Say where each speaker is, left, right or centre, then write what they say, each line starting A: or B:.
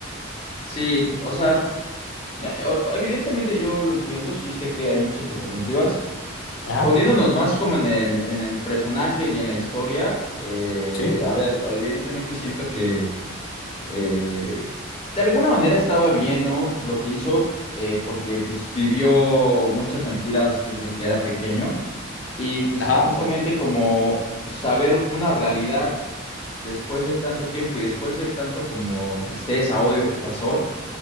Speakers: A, on the left; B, on the left.
A: Sí, o sea... Me- o- o- Evidentemente yo lo entiendo, sí sé que hay muchas alternativas.
B: Ajá,
A: Poniéndonos más como en el, en el personaje y en la historia, eh,
B: sí,
A: a ver, evidentemente siento que eh, de alguna manera estaba bien, ¿no? Lo que hizo, eh, porque pues vivió muchas mentiras desde que era pequeño. Y pues
B: ajá,
A: justamente como saber una realidad después de tanto tiempo y después de tanto como tristeza, odio que pasó